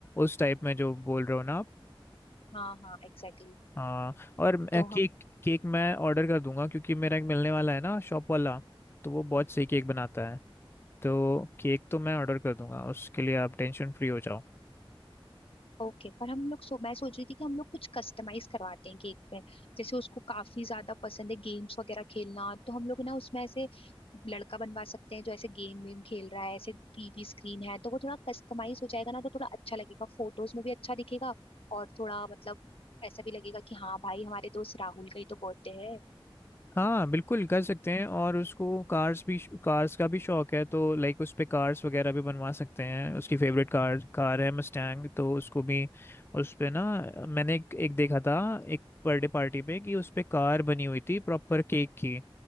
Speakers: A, on the left; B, on the left.
A: उस टाइप में जो बोल रहे हो ना आप
B: हाँ हाँ एग्जैक्टली
A: हाँ और मैं-
B: तो
A: केक
B: हम
A: केक मैं ऑर्डर कर दूंगा क्योंकि मेरा एक मिलने वाला है ना शॉप वाला तो वो बहुत सही केक बनाता है तो केक तो मैं ऑर्डर कर दूंगा उसके लिए आप टेंशन फ्री हो जाओ
B: ओके पर हम लोग सो मैं सोच रही थी कि हम लोग कुछ कस्टमाइज करवाते हैं केक में जैसे उसको काफी ज्यादा पसंद है गेम्स वगैरह खेलना तो हम लोग ना उसमें ऐसे लड़का बनवा सकते हैं जो ऐसे गेम वेम खेल रहा है ऐसे टीवी स्क्रीन है तो वो थोड़ा कस्टमाइज हो जाएगा ना तो थोड़ा अच्छा लगेगा फोटोज में भी अच्छा दिखेगा और थोड़ा मतलब ऐसा भी लगेगा कि हाँ भाई हमारे दोस्त राहुल का ही तो बर्थडे है
A: हाँ बिल्कुल कर सकते हैं और उसको कार्स भी कार्स का भी शौक है तो लाइक उस पे कार्स वगैरह भी बनवा सकते हैं उसकी फेवरेट कार कार है मस्टैंग तो उसको भी उस पे ना मैंने एक, एक देखा था एक बर्थडे पार्टी पे कि उस पे कार बनी हुई थी प्रॉपर केक की